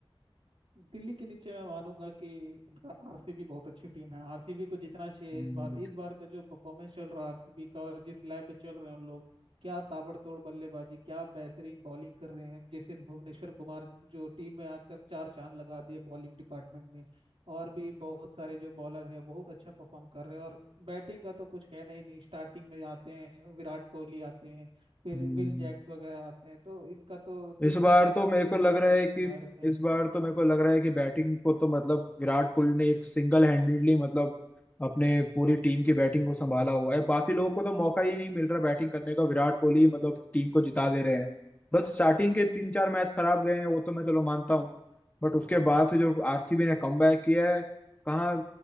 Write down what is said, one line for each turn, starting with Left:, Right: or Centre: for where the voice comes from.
Right: दिल्ली के नीचे मैं मानूंगा कि आरसीबी बहुत अच्छी टीम है आरसीबी को जीतना चाहिए
Left: हम्म,
Right: इस बार इस बार का जो परफॉर्मेंस चल रहा है आरसीबी का और जिस लय पे चल रहे हैं उन लोग क्या ताबड़तोड़ बल्लेबाजी क्या बेहतरीन बॉलिंग कर रहे हैं जैसे भुवनेश्वर कुमार जो टीम में आकर चार चांद लगा दिए बॉलिंग डिपार्टमेंट में और भी बहुत सारे जो बॉलर हैं बहुत अच्छा परफॉर्म कर रहे हैं और बैटिंग का तो कुछ कहना ही नहीं स्टार्टिंग में आते हैं विराट कोहली आते हैं फिर
Left: हम्म।
Right: विल जैक्स वगैरह आते हैं तो इनका तो
Left: इस
Right: टीम डेविड
Left: बार तो मेरे को
Right: मिडिल
Left: लग
Right: ऑर्डर
Left: रहा है
Right: में समाये
Left: कि
Right: रखे हैं
Left: इस बार तो मेरे को लग रहा है कि बैटिंग को तो मतलब विराट कोहली ने एक सिंगल हैंडेडली मतलब अपने पूरी टीम की बैटिंग को संभाला हुआ है बाकी लोगों को तो मौका ही नहीं मिल रहा बैटिंग करने का विराट कोहली मतलब टीम को जिता दे रहे हैं बस स्टार्टिंग के तीन चार मैच खराब गए हैं वो तो मैं चलो मानता हूँ बट उसके बाद से जो आरसीबी ने कमबैक किया है कहाँ